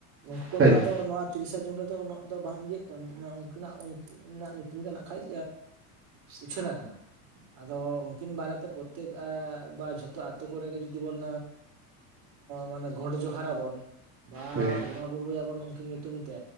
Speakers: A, on the right (about 50°); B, on the right (about 30°).
A: ᱱᱩᱠᱩ
B: ᱵᱟᱠᱷᱟᱡ
A: ᱠᱚᱫᱚ
B: ᱫᱚ
A: ᱟᱫᱚ ᱱᱚᱣᱟ ᱛᱤᱨᱤᱥᱟ. ᱡᱩᱱ ᱨᱮᱫᱚ ᱩᱱᱟᱹᱜ ᱫᱚ ᱵᱟᱝ ᱤᱭᱟᱹᱜ ᱠᱟᱱᱟ ᱢᱮ ᱩᱱᱠᱤᱱᱟᱜ <unintelligible> ᱧᱩᱛᱩᱢ ᱜᱮ ᱱᱟ ᱠᱷᱟᱡᱽ ᱩᱪᱷᱟᱹᱱ ᱟᱠᱟᱱᱟ ᱟᱫᱚ ᱚᱱᱠᱤᱱ ᱵᱟᱨᱮ ᱛᱮ ᱯᱨᱚᱛᱮᱠ ᱵᱟ ᱡᱷᱚᱛᱚ ᱟᱛᱳ ᱠᱚᱨᱮ ᱜᱮ ᱡᱩᱫᱤ ᱵᱚᱱ ᱢᱟᱱᱮ ᱜᱚᱰ ᱡᱚᱦᱟᱨ ᱟᱵᱚᱱ ᱵᱟ
B: ᱦᱮᱸ
A: ᱵᱚᱸᱜᱟ ᱵᱩᱨᱩᱭᱟᱵᱚᱱ ᱩᱱᱠᱤᱱ ᱧᱩᱛᱩᱢ ᱛᱮ